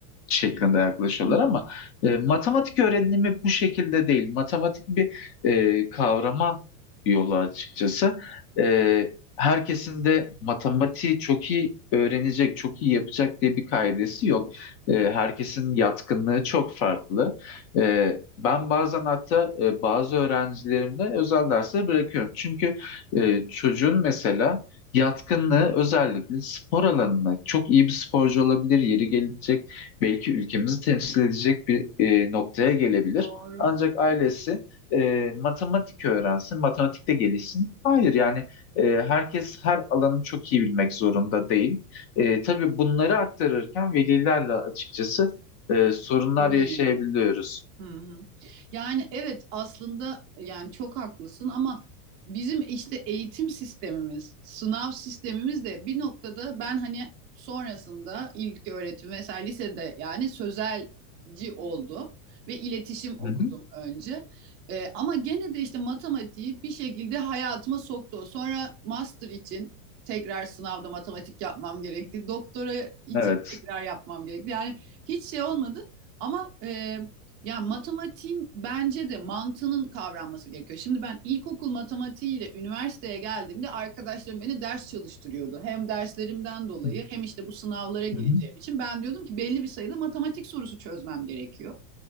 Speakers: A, on the left; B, on the right.
A: şeklinde yaklaşıyorlar
B: Hmm,
A: ama e, matematik öğrenimi bu şekilde değil. Matematik bir e, kavrama yolu açıkçası. E, herkesin de matematiği çok iyi öğrenecek, çok iyi yapacak diye bir kaidesi yok. E, herkesin yatkınlığı çok farklı. E, ben bazen hatta e, bazı öğrencilerimde özel dersleri bırakıyorum. Çünkü e, çocuğun mesela yatkınlığı özellikle spor alanına çok iyi bir sporcu olabilir, yeri gelecek belki ülkemizi temsil edecek bir e, noktaya gelebilir.
B: doğru.
A: Ancak ailesi e, matematik öğrensin, matematikte gelişsin. Hayır yani e, herkes her alanı çok iyi bilmek zorunda değil. E, tabii bunları aktarırken velilerle açıkçası e, sorunlar
B: Sorun
A: yaşayabiliyoruz.
B: yaşa. Hı hı. Yani evet aslında yani çok haklısın ama bizim işte eğitim sistemimiz, sınav sistemimiz de bir noktada ben hani sonrasında ilk öğretim mesela lisede yani sözelci oldum ve iletişim okudum
A: Hı hı.
B: önce. Ee, ama gene de işte matematiği bir şekilde hayatıma soktu. Sonra master için tekrar sınavda matematik yapmam gerekti. Doktora için
A: Evet.
B: tekrar yapmam gerekti. Yani hiç şey olmadı. Ama e, ya matematiğin bence de mantığının kavranması gerekiyor. Şimdi ben ilkokul matematiğiyle üniversiteye geldiğimde arkadaşlarım beni ders çalıştırıyordu. Hem derslerimden dolayı
A: Hı
B: hem işte bu sınavlara gireceğim
A: hı.
B: için ben diyordum ki belli bir sayıda matematik sorusu çözmem gerekiyor.